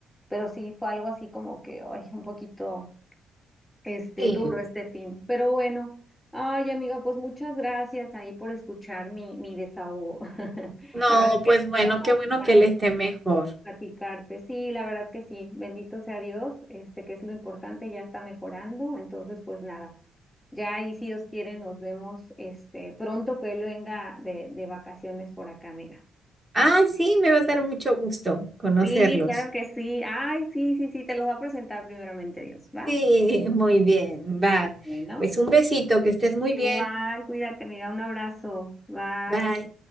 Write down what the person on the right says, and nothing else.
Sí.
No,
pues
bueno,
qué bueno que él esté mejor.
Ay,
sí, me va a dar mucho gusto conocerlos.
Sí, muy bien, va.
Pues un besito, que estés muy
bien.
Bye.